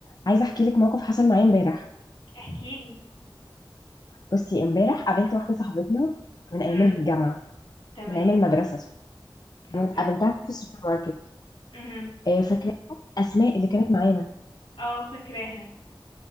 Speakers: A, on the left; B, on the left.
A: عايزه احكي لك موقف حصل معايا امبارح
B: احكي لي
A: بصي امبارح قابلت واحده صاحبتنا من ايام
B: امم
A: الجامعه
B: تمام
A: من ايام المدرسه كانت
B: اوكي
A: قابلتها في السوبر ماركت
B: امم
A: آه، فاكراها اسماء اللي كانت معانا
B: اه فاكراها